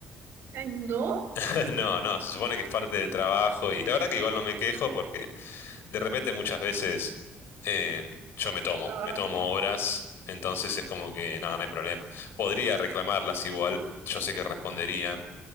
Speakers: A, on the right (about 70°); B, on the left (about 70°).
A: ay, no,
B: <laughs> No, no, se supone que es parte del trabajo y la verdad que igual no me quejo porque de repente muchas veces eh, yo me tomo,
A: trabajar
B: me tomo
A: mucho
B: horas,
A: tiempo.
B: entonces es como que nada, no hay problema. Podría reclamarlas igual, yo sé que responderían,